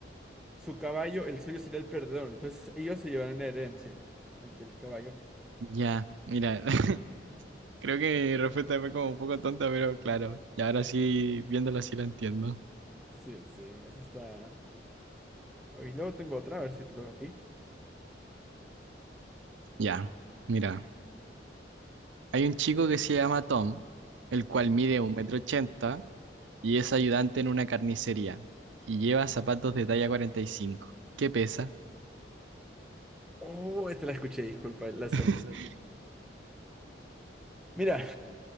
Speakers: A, in the centre; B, on the right (about 85°).
A: su caballo, el suyo sería el perdedor. Entonces ellos se llevarán la herencia. El del caballo.
B: ya, mira, <laughs> creo que mi respuesta fue como un poco tonta, pero claro, y ahora sí, viéndolo así lo entiendo.
A: Sí, sí, esa está. Y luego tengo otra, a ver si te toca a ti.
B: Ya, mira, hay un chico que se llama Tom, el cual
A: No.
B: mide un metro ochenta y es ayudante en una carnicería y lleva zapatos de talla 45. ¿Qué pesa?
A: Oh, esta la escuché, disculpa, la sé.
B: <laughs>
A: Mira,